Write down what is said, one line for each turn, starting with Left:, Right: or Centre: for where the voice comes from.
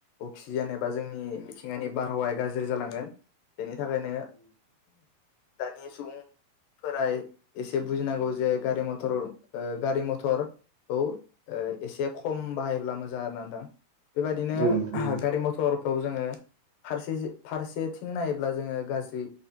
Left: अक्सिजेन एबा जोंनि मिथिंगानि बारहावाया गाज्रि जालांगोन बेनि थाखायनो दानि सुबुं फोरा एसे बुजिनांगौ जे गारि मथर गारि मथर औ एसे खम बाहायोब्ला मोजां आर ना नोंथां बेबायदिनो
Right: थारैनो औ नोंथां औ नोंथां
Left: गारि मथरखौ जोङो फारसे फारसेथिं नायोब्ला जोङो गाज्रि